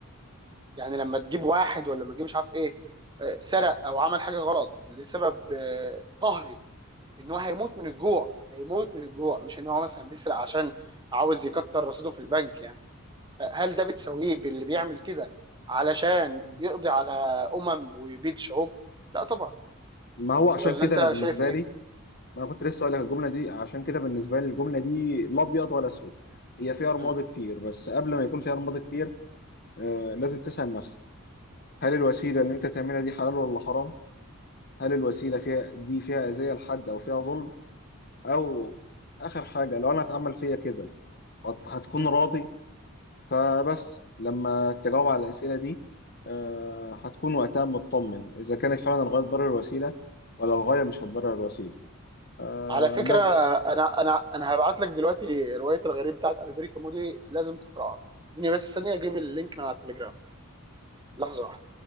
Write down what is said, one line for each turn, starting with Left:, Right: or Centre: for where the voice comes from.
Right: يعني لما تجيب واحد ولا ما تجيب مش عارف ايه آه، سرق او عمل حاجه غلط لسبب آه، قهري ان هو هيموت من الجوع هيموت من الجوع مش ان هو مثلا بيسرق عشان عاوز يكتر رصيده في البنك يعني آه، هل ده بتسويه باللي بيعمل كده علشان
Left: مم.
Right: يقضي على امم ويبيد شعوب لا طبعا
Left: ما هو عشان
Right: ولا
Left: كده
Right: انت
Left: انا بالنسبة
Right: شايف ايه
Left: لي ما انا كنت لسه اقول لك الجمله دي عشان كده بالنسبه لي الجمله دي لا ابيض ولا اسود هي فيها رماد
Right: مم.
Left: كتير بس قبل ما يكون فيها رماد كتير آه لازم تسال نفسك هل الوسيله اللي انت تعملها دي حلال ولا حرام هل الوسيله فيها دي فيها اذيه لحد او فيها ظلم او اخر حاجه لو انا اتعمل فيا كده هت- هتكون
Right: مم.
Left: راضي فبس لما تجاوب على الاسئله دي آه هتكون وقتها مطمن اذا كانت فعلا الغايه تبرر الوسيله ولا الغايه مش هتبرر الوسيله آه
Right: على فكره
Left: بس
Right: انا انا انا هبعت لك دلوقتي روايه الغريب بتاعت البريكا مودي لازم تقراها اديني بس ثانيه اجيب اللينك من على التليجرام لحظه واحده